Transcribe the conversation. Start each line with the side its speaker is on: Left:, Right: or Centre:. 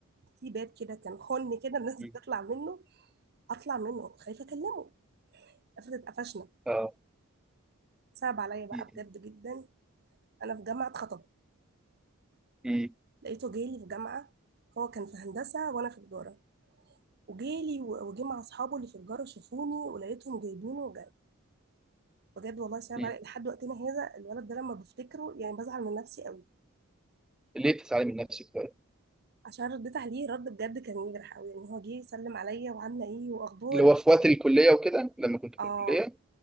Right: في باب كده كان خن كده <laughs> الناس
Centre: مم.
Right: بتطلع منه أطلع منه خايفة أكلمه افرض اتقفشنا
Centre: اه
Right: صعب عليا بقى
Centre: مم.
Right: بجد جدا انا في جامعه خطب
Centre: مم.
Right: لقيته جالي في جامعه هو كان في هندسه وانا في تجاره وجالي و- وجه مع اصحابه اللي في تجاره شافوني ولقيتهم جايبينه وجاي بجد والله صعب
Centre: مم.
Right: علي لحد وقتنا هذا الولد ده لما بفتكره يعني بزعل من نفسي قوي
Centre: ليه بتزعلي من نفسك بقى؟
Right: عشان رديت عليه رد بجد كان يجرح قوي يعني هو جه يسلم عليا وعامله ايه واخبارك
Centre: اللي هو في وقت الكلية وكده لما كنت في
Right: اه
Centre: الكلية